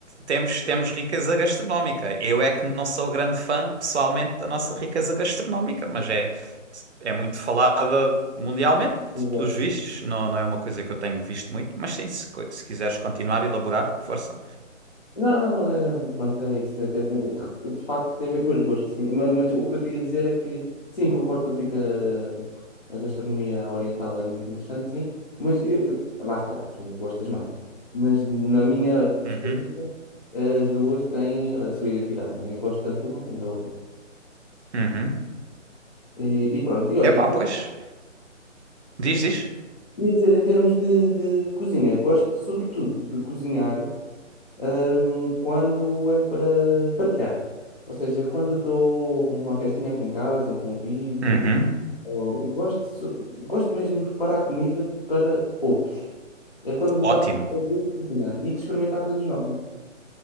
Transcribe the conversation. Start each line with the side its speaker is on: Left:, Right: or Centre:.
Right: temos, temos riqueza gastronómica. Eu é que não sou grande fã, pessoalmente, da nossa riqueza gastronómica, mas é, é muito falada mundialmente,
Left: Exato.
Right: pelos vistos. Não, não é uma coisa que eu tenho visto muito, mas sim, se, co- se quiseres continuar, elaborar, força.
Left: Não, não, é, pronto, é isso. Até- até- de facto, tem a ver com os gostos, sim. Mas, mas o que eu tinha a dizer é que, sim, concordo contigo que a, a gastronomia oriental é muito interessante, sim. Mas eu- eu- lá está, tu gostas mais. Mas na minha perspectiva,
Right: Uhum,
Left: as duas têm a sua identidade, né? Eu gosto tanto de uma como da outra.
Right: uhum.
Left: E, e pronto, e olha,
Right: Epá, pois. Diz, diz.
Left: ia dizer, em termos de, de cozinha, gosto sobretudo de cozinhar. hum, quando é para partilhar. Ou seja, quando dou uma festinha aqui em casa, um convívio,
Right: Uhum.
Left: ou- gosto, so- gosto mesmo de preparar comida para outros. É quando me
Right: Ótimo.
Left: dá o prazer de cozinhar e de experimentar coisas novas.